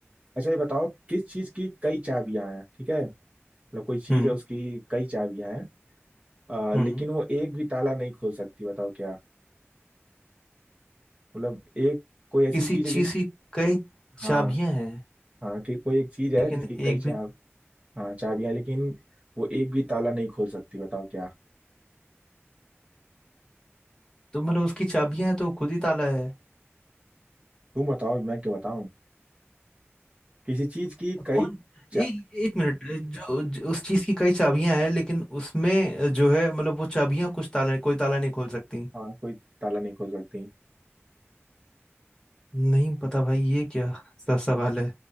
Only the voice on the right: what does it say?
अच्छा ये बताओ किस चीज की कई चाबियां हैं ठीक है मतलब कोई चीज
है उसकी कई चाबियां हैं अ,
लेकिन वो एक भी ताला नहीं खोल सकती बताओ क्या मतलब एक कोई ऐसी
चीज है जिसकी
हाँ
हाँ कि कोई एक चीज है
जिसकी कई
चा
हाँ चाबियां हैं, लेकिन वो एक भी ताला नहीं खोल सकती बताओ क्या
तुम बताओ मैं क्यों बताऊं किसी चीज की कई
चा
हाँ कोई ताला नहीं खोल सकती